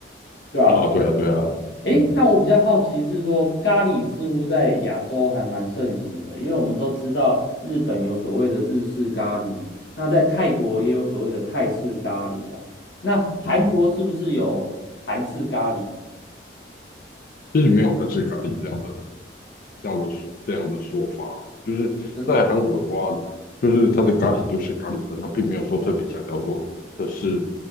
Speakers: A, on the left; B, on the left.
A: 对吧？
B: 啊，对啊对啊，
A: 诶，
B: 嗯
A: 那我比较好奇是说，咖喱似乎在亚洲还蛮盛行的，因为我们都知道日本有所谓的日式咖喱，那在泰国也有所谓的泰式咖喱啦。那韩国是不是有韩式咖喱？
B: 嗯，其实没有韩式咖喱这样的这样的这样的说法，就是在韩国的话，
A: 真的啊，
B: 就是它的咖喱就是咖喱粉，它并没有说特别强调说这是